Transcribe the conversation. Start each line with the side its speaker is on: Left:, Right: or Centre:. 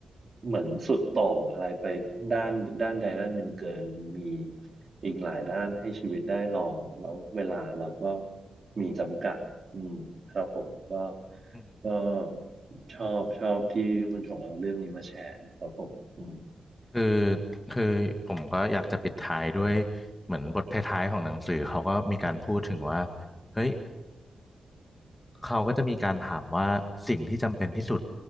Right: เหมือนสุดโต่งอะไรไปด้านด้านใดด้านหนึ่งเกินมีอีกหลายด้านให้ชีวิตได้ลองแล้วเวลาเราก็มีจำกัดอืมครับผมก็
Left: อืม
Right: ก็ชอบชอบที่คุณชงเอาเรื่องนี้มาแชร์ครับผมอืม
Left: คือคือผมก็อยากจะปิดท้ายด้วยเหมือนบทท้ายๆของหนังสือเขาก็มีการพูดถึงว่าเฮ้ย เขาก็จะมีการถามว่าสิ่งที่จำเป็นที่สุด